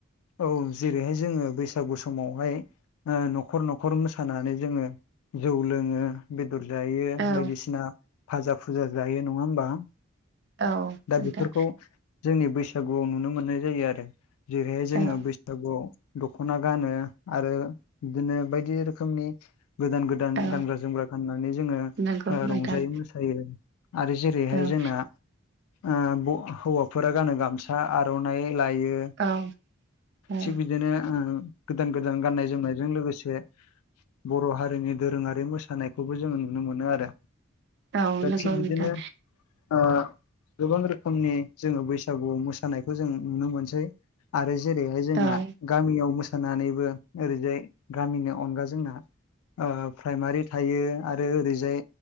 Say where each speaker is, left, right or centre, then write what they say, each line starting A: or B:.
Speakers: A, on the left; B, on the right.
A: औ जेरैहाय जोङो बैसागु समावहाय न'खर न'खर मोसानानै जोङो जौ लोङो बेदर जायो
B: औ
A: बायदिसिना भाजा फुजा जायो नङा होमबा
B: औ
A: दा
B: नोंथां
A: बेफोरखौ जोंनि बैसागुआव नुनो मोननाय जायो आरो जेरैहाय जोङो
B: औ
A: बैसागुव दख'ना गानो आरो बिदिनो बायदि रोखोमनि गोदान गोदान गोदान
B: औ
A: गानग्रा जोमग्रा गाननानै जोङो
B: नंगौ नोंथां
A: रंजायो मोसायो आरो जेरैहाय
B: औ
A: जोंना आ हौवाफोरा गानो गामसा आर'नाइ लायो
B: औ औ
A: थिग बिदिनो ओ गोदान गोदान गाननाय जोमनायजों लोगोसे बर' हारिनि दोरोङारि मोसानायखौबो जोङो नुनो मोनो आरो
B: औ नंगौ
A: थिग बिदिनो
B: नोंथां
A: ओ गोबां रोखोमनि जोङो बैसागुआव मोसानायखौ जों नुनो मोनसै आरो जेरैहाय जोंना
B: औ
A: गामियाव मोसानानैबो ओरैजाय गामिनि अनगा जोंना ओ प्राइमारि थायो आरो ओरैजाय